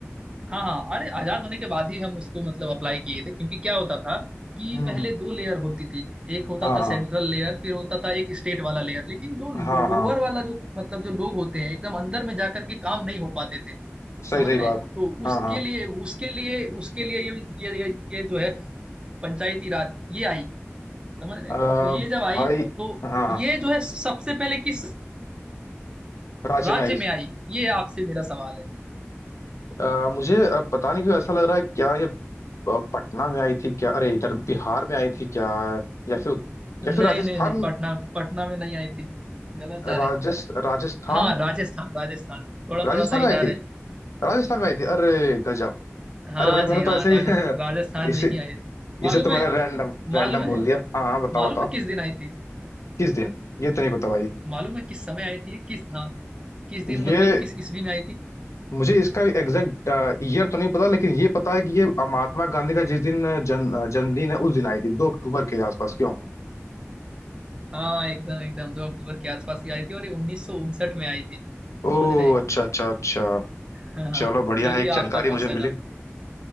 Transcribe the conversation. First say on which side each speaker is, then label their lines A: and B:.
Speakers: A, on the right; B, on the left.
A: हाँ हाँ अरे आजाद होने के बाद ही हम उसको मतलब अप्लाई किए थे क्योंकि क्या होता था कि
B: हम्म
A: पहले
B: हम्म,
A: दो लेयर होती थी एक होता
B: हाँ
A: था
B: हाँ
A: सेंट्रल लेयर फिर होता था एक स्टेट वाला लेयर लेकिन जो
B: हाँ
A: लोअर
B: हाँ
A: वाला जो मतलब जो लोग होते हैं एकदम अंदर में जाकर के काम नहीं हो पाते थे समझ
B: सही सही
A: रहे
B: बात
A: हैं तो उसके
B: हाँ हाँ
A: लिए उसके लिए उसके लिए ये ये ये, ये जो है पंचायती राज ये आई समझ रहे
B: अ,
A: हैं तो ये जब आई
B: भाई
A: तो
B: हाँ हाँ
A: ये जो है सबसे पहले किस
B: राज्य
A: राज्य
B: में आई
A: में आई ये आपसे मेरा सवाल है
B: अ, मुझे अ, पता नहीं क्यों ऐसा लग रहा है क्या ये अ, पटना में आई थी क्या अरे इधर बिहार में आई थी क्या या फिर या
A: नहीं
B: फिर राजस्थान
A: नहीं नहीं पटना पटना में नहीं आई थी गलत जा रहे
B: राजस्थ
A: हैं
B: राजस्थान
A: हाँ राजस्थान राजस्थान थोड़ा
B: राजस्थान
A: थोड़ा सही
B: में
A: जा
B: आई थी
A: रहे हैं
B: राजस्थान में आई थी अरे गजब
A: हाँ
B: अरे भाई मैंने
A: जी हाँ
B: तो ऐसे
A: राजस,
B: ही
A: राजस्थान
B: <laughs> इसे
A: में ही आई थी मालूम
B: इसे तो मैंने
A: है
B: रैंडम
A: मालूम
B: रैंडम बोल
A: है
B: दिया हाँ हाँ बताओ
A: मालूम
B: बताओ
A: है किस दिन आई थी
B: किस दिन ये तो नहीं पता भाई
A: मालूम है किस समय आई थी किस हाँ किस दिन
B: ये
A: मतलब किस ईस्वी में आई थी
B: मुझे इसका एग्जैक्ट ईयर तो नहीं पता लेकिन ये पता है कि ये महात्मा गांधी का जिस दिन अ, जन अ, जन्मदिन है उस दिन आई थी दो अक्टूबर के आसपास क्यों
A: हाँ एकदम एकदम दो अक्टूबर के आसपास ही आई थी और ये उन्नीस सौ उनसठ में आई थी समझ
B: ओ
A: रहे हैं
B: अच्छा अच्छा अच्छा
A: हाँ
B: चलो बढ़िया
A: चलिए
B: है एक
A: आपका
B: जानकारी
A: क्वेश्चन
B: मुझे मिली
A: अब